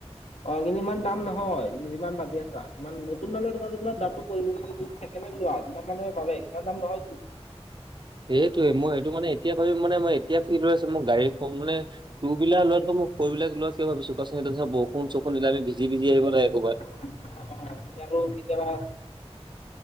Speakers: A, on the left; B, on the right.
A: অ কিন্তু ইমান দাম নহয় তুমি যিমান ভাবি আছা সিমান নতুন ল'লেও অলপ তোমাৰ দামটো পৰিব‌ বুলি চেক কিমান লোৱা যিমান মানুহে ভাবে সিমান দাম নহয়তো।
B: এইটোৱে মই এইটো মানে এতিয়া ভাবি মানে মই এতিয়া ফীদ লৈ আছো মানে মোক গাড়ী ত মানে টু হুইলাৰ লোৱাতকৈ মই ফৰ হুইলাৰ লোৱা। কি ভাবিছো কোৱাচোন ধৰ বৰষুণ চৰষুণ দিলে আমি ভীজি ভীজি আহিব লাগে কবাত।
A: অ অ তুমি আকৌ কেতিয়াবা